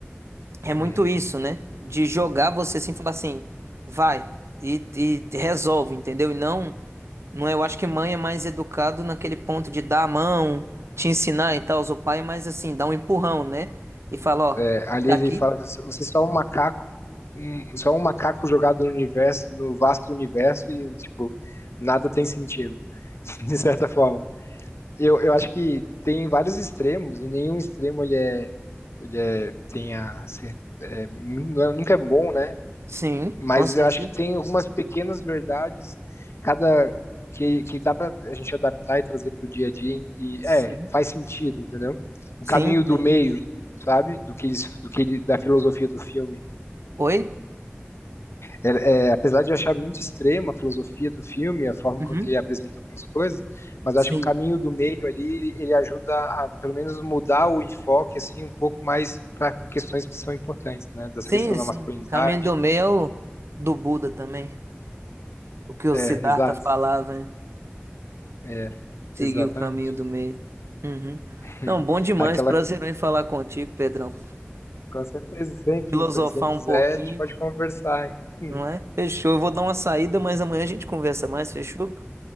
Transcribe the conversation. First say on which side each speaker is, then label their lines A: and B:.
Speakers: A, on the right; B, on the left.
A: é muito
B: uhum.
A: isso, né? De jogar você assim, falar assim, vai e, e resolve, entendeu? E não, não é, eu acho que mãe é mais educado naquele ponto de dar a mão, te ensinar e tal, o pai é mais assim, dá um empurrão, né? E fala, ó,
B: É, ali
A: daqui,
B: ele fala, que você é só um macaco, um- só um macaco jogado no universo, no vasto universo, e tipo, nada tem sentido, <laughs> de certa forma. eu, eu acho que tem vários extremos e nenhum extremo ele é ele é tem a ser- é, nu- é- nunca é bom, né?
A: sim,
B: Mas
A: com certeza,
B: eu acho que tem algumas pequenas verdades cada que, que dá para a gente adaptar e trazer para o dia a dia e
A: sim,
B: é faz sentido, entendeu? O
A: sim,
B: caminho do
A: tem.
B: meio, sabe? Do que eles- do que ele- da filosofia do filme.
A: Oi?
B: É, é, apesar de eu achar muito extrema a filosofia do filme, a forma
A: Uhum,
B: com que ele apresenta algumas coisas, mas
A: Sim,
B: acho que o caminho do meio ali, ele ajuda a, pelo menos, mudar o enfoque, assim, um pouco mais para questões que são importantes, né? Dessa
A: sim,
B: questão da
A: sim.
B: masculinidade.
A: Caminho do meio é o do Buda também, o que o
B: É,
A: Siddhartha
B: exato.
A: falava, hein?
B: É,
A: Seguir
B: exatamente.
A: o caminho do meio. Uhum.
B: <laughs>
A: Não, bom demais.
B: Aquela,
A: Prazer em falar contigo, Pedrão.
B: com certeza, sempre,
A: Filosofar
B: sempre
A: um
B: quiser,
A: pouquinho,
B: a gente pode conversar. <laughs>
A: não é? Fechou. Eu vou dar uma saída, mas amanhã a gente conversa mais, fechou?